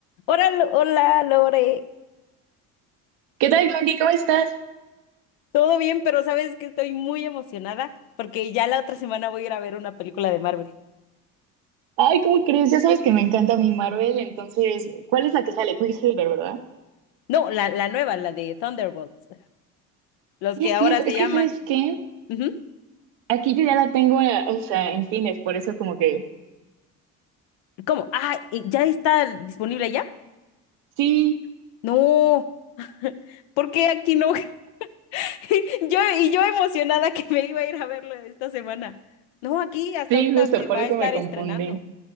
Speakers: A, on the left (about 60°); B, on the right (about 60°).
A: Hola, hola Lore,
B: ¿Qué tal, Glory? ¿Cómo estás?
A: todo bien, pero sabes que estoy muy emocionada porque ya la otra semana voy a ir a ver una película de Marvel.
B: Ay, ¿cómo crees? Ya sabes que me encanta mi Marvel, entonces, ¿cuál es la que sale? Quicksilver, ¿verdad?
A: No, la, la nueva, la de Thunderbolts, los
B: Sí,
A: que
B: es
A: ahora
B: cierto.
A: se
B: Es
A: llaman...
B: que, ¿sabes qué?
A: Ujú.
B: Aquí yo ya la tengo, eh, o sea, en cines, por eso como que...
A: ¿Cómo? Ah, ¿y ¿ya está disponible ya?
B: Sí,
A: No, <laughs> ¿por qué aquí no? <laughs> Yo, y yo emocionada que me iba a ir a verlo esta semana. No, aquí hasta
B: sí,
A: ahorita
B: justo,
A: se va
B: por eso
A: a estar
B: me confundí.
A: estrenando.